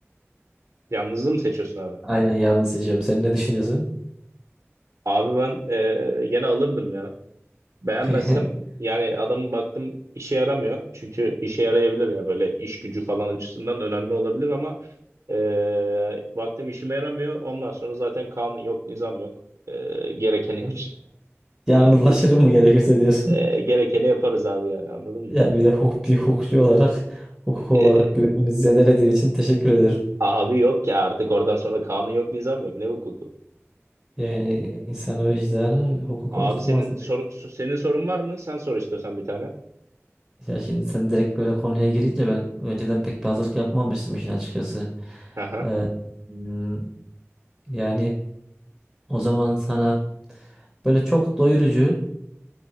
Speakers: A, on the right; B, in the centre.
A: Yalnızlığı mı seçiyorsun
B: <laughs>
A: abi?
B: Aynen yalnız seçeceğim. Sen ne düşünüyorsun?
A: Abi ben e, gene alırdım ya. Beğenmezsem
B: <laughs>
A: yani adamı baktım işe yaramıyor. Çünkü işe yarayabilir ya böyle iş gücü falan açısından önemli olabilir ama e, baktım işime yaramıyor. Ondan sonra zaten kanun yok, nizam yok. E, gerekeni yap-
B: Yalnızlaşırım
A: <laughs>
B: mı gerekirse diyorsun.
A: E, gerekeni yaparız abi yani anladın mı?
B: Ya bir de hukuk, bir hukukçu olarak hukuk
A: E,
B: olarak güvenimizi zedelediğin için teşekkür ederim.
A: abi yok ya artık oradan sonra kanun yok, nizam yok. Ne hukuku?
B: Yani insan vicdanı hukuk
A: Abi
B: oluşturma
A: senin
B: arasında.
A: sor- so-, senin sorun var mı? Sen sor istiyorsan bir tane.
B: Ya şimdi sen direkt böyle konuya girince ben önceden pek bir hazırlık yapmamıştım işin açıkçası.
A: Hı
B: Ee, hmm, yani o zaman sana böyle çok doyurucu